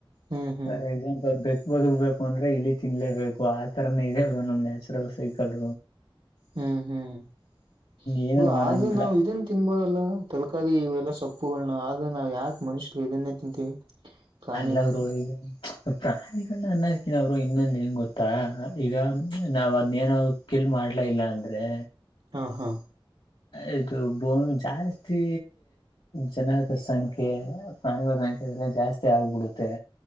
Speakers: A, on the right; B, on the left.
A: ಹ್ಮ್ ಹ್ಮ್
B: ಸರ್ ಎಕ್ಸಾಮಂಪ್ ಹಗ್ಬೇಕು ಬದಗ್ಬೇಕು ಅಂದ್ರೆ ಇಲ್ಲಿ ತಿನ್ಲೇಬೇಕು ಆತರನೇ ಇದೆ ಅವರು ನಮ ನ್ಯಾಚುರಲ್ ಸೈಕಲ್
A: ಹ್ಮ್ ಹ್ಮ್
B: ಏನು ಮಾಡಂಗಿಲ್ಲ
A: ಆದ್ರ ನಾವವು ಇದನ್ ತಿನ್ಬೋದಲ್ಲ ತರಕಾರಿ ಇವೆಲ್ಲ ಸೊಪ್ಪುಗಳನ್ನ ಆದರೆ ನಾವು ಯಾಕೆ ಮನುಷ್ಯರು ಇದನ್ನೇ ತಿಂತೀವಿ ಪ್ರಾಣಿಗಳನ್ನ
B: ಅಲ್ಲ ಅವರು ಈಗ ಪ್ರಾಣಿಗಳ ಅನ್ನಕಿನವ್ರು ಇನ್ನೊಂದ ಂಗ ಗೊತ್ತಾ ಈಗ ನಾವ್ ಅದ್ೇನ ಎಲ್ಲಿ ಮಾಡ್ಲ ಇಲ್ಲ ಅಂದ್ರೆ
A: ಹಾ ಹಾ
B: ಇದು ಬೋಮ ಜಾಸ್ತಿ ಜನಕ ಸಂಖ್ಯೆ ಪ್ರಾಣಿಗಳ ಸಂಖ್ಯೆ ಜಾಸ್ತಿ ಆಗ್ಬಿಡುತ್ತೆ